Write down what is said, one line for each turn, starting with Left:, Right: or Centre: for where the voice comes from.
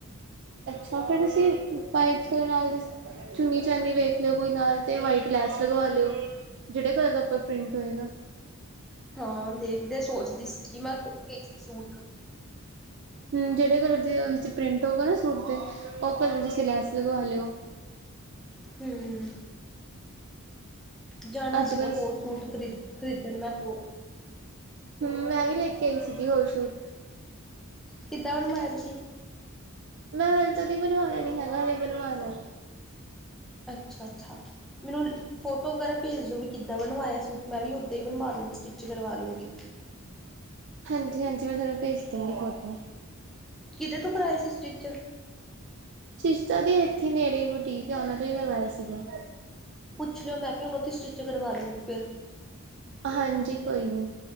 Right: ਅੱਛਾ, ਫੇਰ ਤੁਸੀਂ, ਵਾਈਟ ਕਲਰ ਨਾਲ ਦੀ ਚੁੰਨੀ -ਚਾਨੀ ਵੇਖ ਲਓ, ਕੋਈ ਨਾਲ 'ਤੇ ਵਾਈਟ ਲੈਸ ਲਗਵਾ ਲਿਓ। ਜਿਹੜੇ ਕਲਰ ਦਾ ਉੱਪਰ ਪ੍ਰਿੰਟ ਹੋਏਗਾ।
Centre: ਹਾਂ, ਦੇਖਦੇ ਸੋਚਦੀ ਸੀਗੀ ਜੀ ਮੈਂ, ਇਕ ਸੂਟ
Right: ਹੂੰ, ਜਿਹੜੇ ਕਲਰ ਦੇ ਉਹਦੇ 'ਚ ਪ੍ਰਿੰਟ ਹੋਗਾ ਨਾ ਸੂਟ ਦੇ, ਉਹ ਕਲਰ ਦੀ ਤੁਸੀਂ ਲੈਸ ਲਗਵਾ ਲਿਓ।
Centre: ਹੂੰਮ, ਜਾਣਾ
Right: ਅੱਜ
Centre: ਸੀਗਾ
Right: ਕੱਲ
Centre: ਹੋਰ ਸੂਟ ਖਰੀਦ ਖਰੀਦਣ ਮੈਂ ਹੋਰ
Right: ਹੂੰ, ਮੈਂ ਵੀ ਲੈ ਕੇ ਆਈ ਸੀਗੀ ਹੋਰ ਸ਼ੁਜ।
Centre: ਕਿੱਦਾਂ ਬਣਵਾਇਆ ਤੁਸੀਂ?
Right: ਮੈਂ ਹਾਲੇ ਤਦੀ ਬਣਵਾਇਆ ਨੀ ਹੈਗਾ, ਹਾਲੇ ਬਣਵਾਨਾ।
Centre: ਅੱਛਾ-ਅੱਛਾ। ਮੈਨੂੰ ਫੋਟੋ ਵਗੈਰਾ ਭੇਜ ਦੋ ਵੀ ਕਿੱਦਾਂ ਬਣਵਾਇਐ ਸੂਟ, ਮੈਂ ਵੀ ਓਦਾਂ ਹੀ ਬਨਵਾ ਲੂੰਗੀ, ਸਟਿਚ ਕਰਵਾ ਲੂੰਗੀ।
Right: ਹਾਂਜੀ-ਹਾਂਜੀ, ਮੈਂ ਤੁਆਂਨੂੰ ਭੇਜ ਦੂੰਗੀ ਫੋਟੋ।
Centre: ਕਿਦੇ ਤੋ ਕਰਾਏ ਸੀ ਸਟਿਚ?
Right: ਸਟਿਚ ਤਾਂ ਜੀ ਏਥੇ ਨੇੜੇ ਈ ਬੁਟੀਕ ਆ, ਉਹਨਾਂ ਦੇ ਕਰਵਾਏ ਸੀਗਾ।
Centre: ਪੁੱਛ ਲਓ, ਮੈਂ ਵੀ ਉਨ੍ਹਾਂ ਦੀ ਸਟਿੱਚ ਕਰਵਾ ਲੂੰਗੀ ਫੇਰ।
Right: ਹਾਂਜੀ, ਕੋਈ ਨੀ।